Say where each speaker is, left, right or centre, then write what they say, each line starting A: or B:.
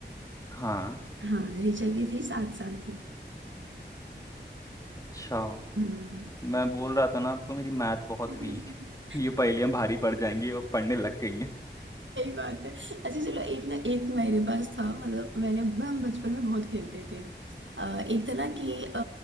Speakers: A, on the left (about 15°); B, on the right (about 85°).
A: हाँ
B: हाँ ऋचा की थी सात साल थी
A: अच्छा
B: हम्म
A: मैं बोल रहा था ना आपको मेरी मैथ बहुत
B: <laughs>
A: वीक ये पहेलियां भारी पड़ जाएंगी और पढ़ने लग गई हैं
B: सही बात है अच्छा चलो एक ना एक मेरे पास था मतलब मैंने हम बचपन में बहुत खेलते थे अ, एक था ना कि अ,